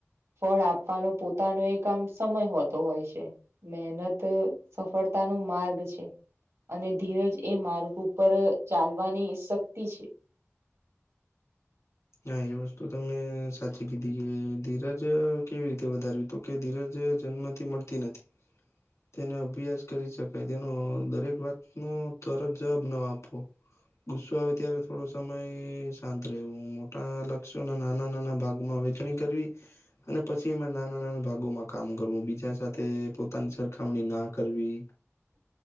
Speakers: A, on the right; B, on the left.
A: ફળ આપવાનો પોતાનો એક આમ સમય હોતો હોય છે, મહેનત સફળતા ન માર્ગ છે. અને ધીરજ એ માર્ગ ઉપર ચાલવાની શક્તિ છે,
B: હા, એ વસ્તુ તો મેં સાચી કીધી કે ધીરજ કેવી રીતે વધાર તો. કે ધીરજ જન્મથી મળતી નથી. તેને અભ્યાસ કરી શકાય તેનો દરેક વાતનો તરત જવાબ ના આપો. ગુસ્સો આવે ત્યારે થોડો સમય શાંત રહેવુ આ લક્ષે ઓના નાના નાના ભાગમાં વેચણી કરવી અને પછી એમાં નાના નાના ભાગોમાં કામ કરવું બીજા સાથે પોતાની સરખામણી ના કરવી
A: <inaudible>